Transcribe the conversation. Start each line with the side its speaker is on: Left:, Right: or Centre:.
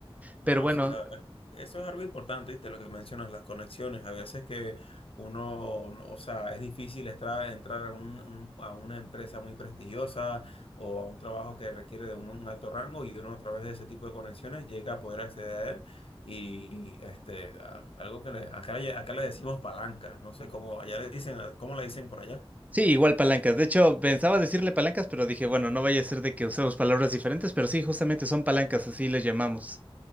Left: Bueno,
Right: Pero bueno,
Left: sí, la verdad. Eso es algo importante, ¿viste? Lo que mencionas, las conexiones. A veces que uno, no- o sea, es difícil estar, entrar a, un- un- a una empresa muy prestigiosa o a un trabajo que requiere de un, un alto rango y uno a través de ese tipo de conexiones llega a poder acceder a él. Y este, a- algo que le- acá, le- acá le decimos palancas, no sé cómo, allá le dicen, ¿cómo le dicen por allá?
Right: sí, igual palancas. De hecho, pensaba decirle palancas, pero dije, bueno, no vaya a ser de que usemos palabras diferentes, pero sí, justamente son palancas, así les llamamos.